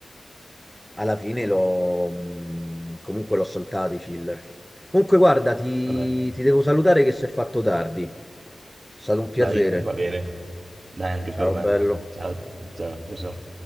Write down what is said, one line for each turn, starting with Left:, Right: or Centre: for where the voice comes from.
Centre: alla fine l'ho mh, comunque l'ho saltato i filler. Comunque, guarda, ti,
Right: Vabbè,
Centre: ti devo salutare che si è fatto tardi. È stato un piacere.
Right: dai, va bene. Dai, anche
Centre: Ciao,
Right: per me.
Centre: bello.
Right: Ciao, ciao, ciao. ciao.